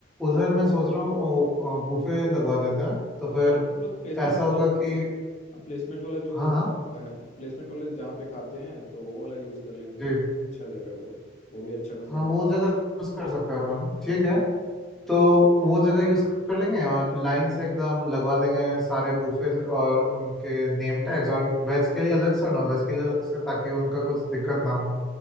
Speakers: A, in the centre; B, on the left.
A: उधर मैं सोच रहा हूँ वो बूफे लगवा देते हैं तो फिर
B: या फिर हम लोग प्लेसमेंट
A: ऐसा
B: का
A: होगा
B: यूज
A: कि
B: करेंगे। अब प्लेसमेंट वाला जो
A: हाँ हाँ
B: प्लेसमेंट वाले जहाँ पे खाते हैं तो वो वाला यूज़ कर लेंगे नहीं
A: जी
B: तो अच्छा जगह है वो वो भी अच्छा खासा
A: हाँ
B: बड़ा
A: वो जगह यूज कर सकते हैं अपन ठीक है
B: हाँ।
A: तो वो जगह यूज कर लेंगे और लाइन से एकदम लगवा देंगे सारे बूफे और उनके नेम टैग्स और वेज के लिए अलग से और नॉन वेज के लिए अलग से ताकि उनका कुछ दिक्कत ना हो